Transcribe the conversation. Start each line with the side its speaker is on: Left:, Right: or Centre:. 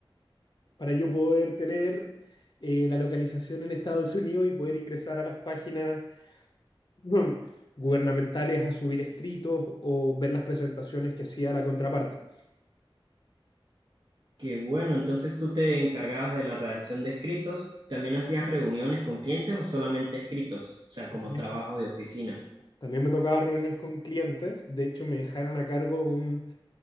Left: para yo poder tener eh, la localización en Estados Unidos y poder ingresar a las páginas <clears throat> mm, gubernamentales a subir escritos o ver las presentaciones que hacía la contraparte.
Right: Qué bueno, entonces tú te encargabas de la redacción de escritos y también hacías reuniones con clientes o solamente escritos, o sea, como
Left: Bien.
Right: trabajo de oficina.
Left: También me tocaba reuniones con clientes, de hecho me dejaron a cargo un-